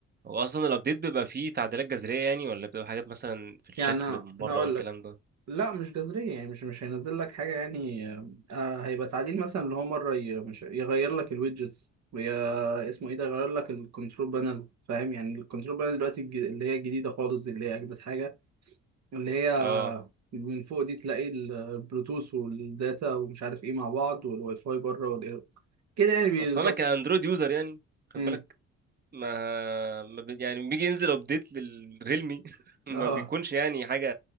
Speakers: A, on the right; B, on the right.
A: هو اصلا الابديت بيبقى فيه تعديلات جذريه يعني ولا بتبقى حاجات مثلا في الشكل
B: يعني انا
A: ومن بره
B: أنا هقول
A: والكلام
B: لك
A: ده
B: لا مش جذرية يعني مش مش هينزل لك حاجة يعني آه هيبقى تعديل مثلا اللي هو مرة ي- مش يغير لك الويدجتس ويا اسمه ايه ده يغير لك الكنترول بانل فاهم يعني الكنترول بانل دلوقتي الج- اللي هي الجديدة خالص دي اللي هي اجدد حاجة اللي هي
A: اه
B: من فوق دي تلاقي ال- البلوتوث والداتا ومش عارف ايه مع بعض والواي فاي بره والاير كده يعني بيظبط
A: اصلا انا كاندرويد يوزر يعني خد
B: امم
A: بالك ما, ما بي... يعني لما بيجي ينزل ابديت للريلمي <laughs> ما
B: اه
A: بيكونش يعني حاجه